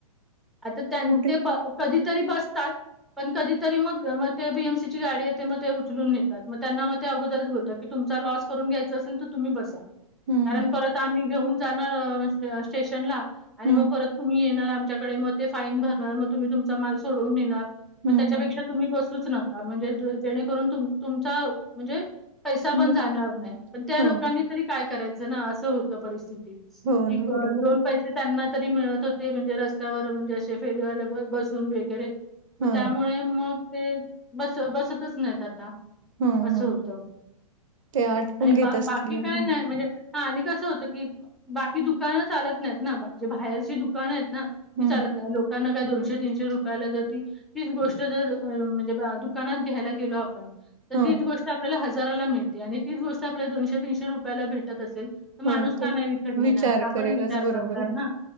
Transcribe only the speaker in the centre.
आता त्यां
ते ब कधीतरी बसतात- पण कधीतरी मग म ते बी एम सी ची गाडी येते, मग ते उचलून नेतात, मग त्यांना मग ते अगोदरच बोलतात- कि तुमचा लॉस करून घ्यायचां असेल, तर तुम्ही बसा.
कारण परत आम्ही घेऊन जाणार स्टेशनला आणि
मग परत- तुम्ही येणार आमच्याकडे. मग ते फाईन भरणार. मग तुम्ही तुमचा माल सोडवून नेणार.
मग त्याच्यापेक्षा
तुम्ही बसूच नका. म्हणजे जेणेकरून तुमचा म्हणजे पैसा
पण जाणार नाही. पण त्या
लोकांनी तरी काय करायच ना. अस होत परिस्थितीत.
की
को
दोन
पैसे ते त्यांना तरी मिळत होते. म्हणजे रस्त्यावर म्हणजे असे फेरीवाले बसून वगैरे. मग
त्यामुळे मग ते बस बसतच नाहीत आता.
अस
होत.
आणि
बा
बाकी काय
नाही. म्हणजे हा आणि कस होत की बाकी दुकान चालत नाहीत ना. बा जे बाहेरची दुकान आहेत ना ती
चालत नाही. लोकांना काय दोनशे तीनशे रुपयाला जर ती तीच गोष्ट जर अ म्हणजे दुकानात घ्यायला गेलो आपण तर
तीच गोष्ट आपल्याला हजाराला मिळते. आणि तीच गोष्ट आपल्याला दोनशे तीनशे रुपयाला भेटत असेल तर माणूस
का
नाही विकत घेणार.
हा
पण विचार
करता
ना.